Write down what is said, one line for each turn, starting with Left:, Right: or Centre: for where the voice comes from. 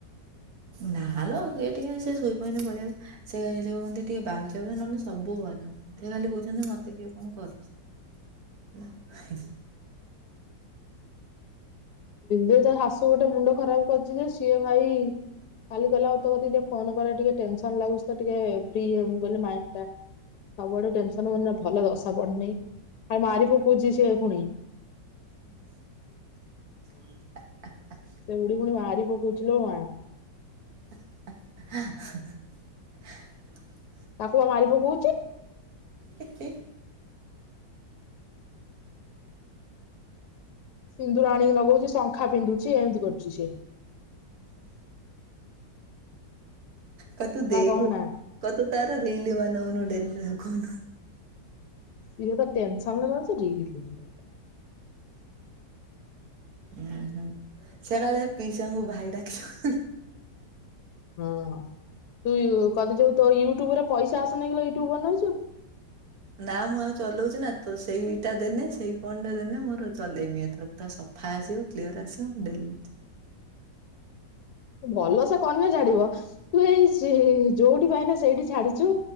Right: ନାଲୋ କି ଟିକେ ସେ ଶୋଇ ପନ ପଳେଇଆ ସେ ଯୋଉ କହନ୍ତି ଟିକେ ବାଉଳ ନହେଲେ ସବୁ ଭଲ। ସେ ଖାଲି କହୁଛନ୍ତି ମତେ କିଏ କଣ କରୁଛି ହେଲା।
Left: ତାର ଶାଶୁ ଗୋଟେ ମୁଣ୍ଡ ଖରାପ କରୁଛି ଯେ ସିଏ ଭାଇ କାଲି କଲେ ଆଉ ତ କ ଟିକେ ଫୋନ କଲେ ଟିକେ ଟେନସନ ଲାଗୁ ତ ଟିକେ ଫ୍ରି ହେବ ବୋଲି ମାଇଣ୍ଡ ଟା ସବୁଆଡୁ ଟେନସନ ମ ଭଲ ଦଶା ପଢୁନି ଖା ମାରିବୁ ପୂଜିଛି ଆଉ ପୁଣି।
Right: <inaudible>
Left: ସେ ବୁଢି ପୁଣି ବାହାରି ପକଉଚି ଲୋ ମା।
Right: <unintelligible>
Left: ତାକୁ ପା ମାରି ପକଉଛି।
Right: କେତେ
Left: ସିନ୍ଦୁର ଆଣିକି ଲଗଉଛି ଶଙ୍ଖା ପିନ୍ଧୁଛି ଏମିତି କରୁଛି ସି
Right: କହ ତୁ ଦେଖ
Left: କହନା
Right: କତୁ ତାର ରିିଲ ବାନଉନୁ ଡେଲି। <unintelligible>
Left: ସିଏ ତ ଟେନସନ ରହୁଛି ରିଲ ବନେଇବ ତାର
Right: ହଁ ହୁଁ ସେକାଳେ ପିସାଙ୍କୁ ଭାଇ ଡାକିବ
Left: ହଁ। ତୁ କଣ ତି ଯୋଉ ତୋ ୟୁଟ୍ୟୁବ ରେ ପଇସା ଆସୁନେଇ କିଲୋ ୟୁଟୁବ ବନଉଛୁ।
Right: ନା ମୁଁ ଆଉ ଚଲଉଛି ନା ତ ସେଇଟା ଦେନେ ସେଇ ଫୋନ୍ ଦେନେ ମୋର ଚଲେଇମି ଏଥର ପୁରା ସ ଫା ଆସିବ କିଲଅର ଆସିବ ମୁଁ <inaudible>
Left: ଭଲ ସେ କନେ ଛାଡିବ ତୁ ଏଇ ସି ଯୋଉଠି ପାଇଁନେ ସେଇଠି ଛାଡି ଛୁ